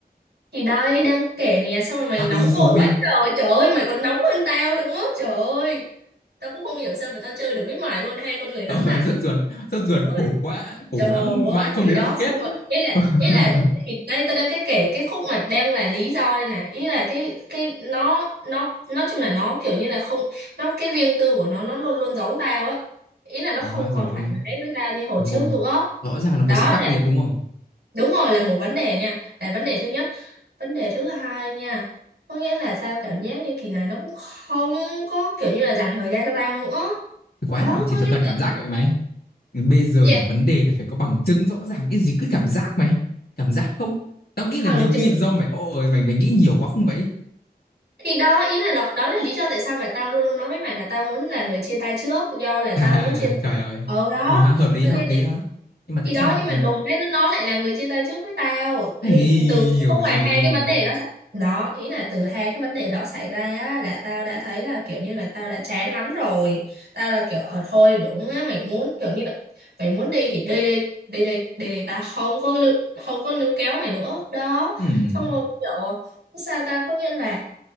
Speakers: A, on the right; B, on the left.
A: Thì đây đang kể nè Xong rồi mày
B: À
A: nóng
B: ừ rồi.
A: vội quá trời
B: <laughs>
A: Trời ơi mày còn nóng hơn tao nữa Trời ơi Tao cũng không hiểu sao mà tao chơi được với mày luôn hai con người nóng
B: Ờ,
A: này
B: rất ruột, rất
A: Trời
B: ruột khổ
A: ơi
B: quá, khổ
A: Trời
B: lắm, mãi
A: ơi
B: không
A: thì
B: đến
A: đó
B: đoạn kết.
A: xong rồi ý là
B: <laughs>
A: ý là lúc thì đây tôi đang cái kể cái khúc mà đang là lý do đây này ý là cái cái nó nó nói chung là nó kiểu như là không nó cái riêng tư của nó nó luôn luôn giấu tao á ý là nó
B: Đó
A: không còn
B: rồi,
A: thoải mái với tao như hồi
B: đúng
A: trước
B: rồi.
A: nữa
B: Rõ ràng là một
A: đó
B: sự khác
A: là
B: biệt đúng không?
A: đúng rồi là một vấn đề nha là vấn đề thứ nhất vấn đề thứ hai nha có nghĩa là tao cảm giác như kỳ này nó cũng không có kiểu như là dành thời gian cho tao nữa
B: Thì quái
A: đó
B: nào mà chỉ
A: có
B: là
A: nghĩa
B: toàn
A: là
B: cảm giác cả vậy mày. Bây giờ
A: yeah,
B: là vấn đề là phải có bằng chứng rõ ràng cái gì cứ cảm giác mày. Cảm giác không? Tao nghĩ là
A: bằng
B: nhiều khi
A: chứng
B: là do mày ôi mày mày nghĩ nhiều quá không vậy?
A: thì đó ý là lo- đó là lý do tại sao mà tao luôn luôn nói với mày là tao muốn là người chia tay trước do là
B: À
A: tao muốn chia tay
B: trời
A: trước.
B: ơi.
A: ờ đó
B: Ờ, Ừ ha, hợp lý
A: cho
B: ha,
A: nên
B: hợp
A: là,
B: lý ha. Nhưng mà
A: thì
B: tại
A: đó
B: sao
A: nhưng
B: lại
A: mà đùng cái nó nó lại là người chia tay trước với tao Ừ,
B: Ây,
A: từ lúc
B: hiểu
A: mà
B: rồi.
A: hai cái vấn đề đó xảy đó ý là từ hai cái vấn đề đó xảy ra á, là tao đã thấy là kiểu như là tao đã chán lắm rồi tao là kiểu ờ thôi đúng á mày muốn kiểu như là mày muốn đi thì đi đi đi đi đi đi tao không có lưu, không có níu kéo mày nữa đó
B: Ừm,
A: xong rồi kiểu sao ta có nghĩa là